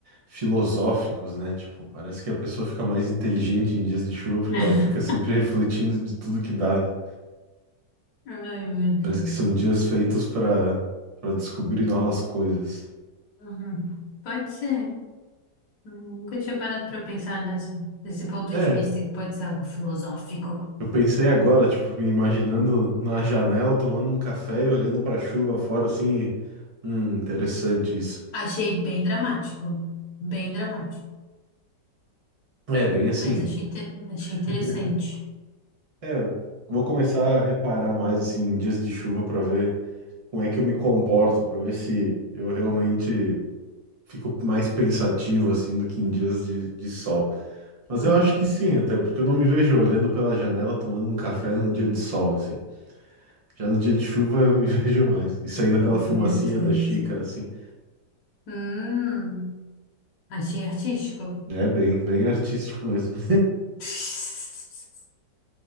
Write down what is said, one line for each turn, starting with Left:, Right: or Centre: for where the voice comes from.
Right: filosóficos, né? Tipo, parece que a pessoa fica mais inteligente em dias de chuva porque
Left: <laughs>
Right: ela fica sempre refletindo de tudo que dá, né?
Left: Ai, meu Deus.
Right: Parece que são dias feitos para para descobrir novas coisas.
Left: Uhum. Pode ser. Eu nunca tinha parado para pensar nessa, nesse ponto
Right: É,
Left: de vista que pode ser algo filosófico.
Right: eu pensei agora, tipo, me imaginando na janela tomando um café e olhando para a chuva fora assim, e, hum, interessante isso.
Left: Achei bem dramático, bem dramático,
Right: É, bem assim.
Left: mas achei, inte- achei interessante.
Right: <laughs> É, eu vou começar a reparar mais assim em dias de chuva para ver como é que eu me comporto, para ver se eu realmente fico mais pensativo assim do que em dias de, de sol. Mas
Left: Uhum.
Right: eu acho que sim, até porque eu não me vejo olhando pela janela tomando um café num dia de sol assim. Já no dia de chuva eu me <laughs> vejo mais. E saindo aquela
Left: Ai,
Right: fumacinha
Left: meu Deus.
Right: da xícara assim.
Left: Hum, achei artístico.
Right: É bem, bem artístico mesmo.
Left: <laughs>